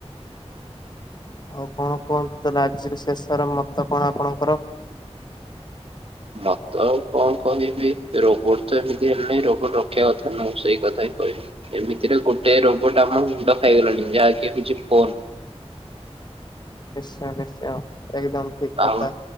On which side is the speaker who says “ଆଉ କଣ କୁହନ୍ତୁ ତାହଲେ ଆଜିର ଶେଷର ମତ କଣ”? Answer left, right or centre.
Left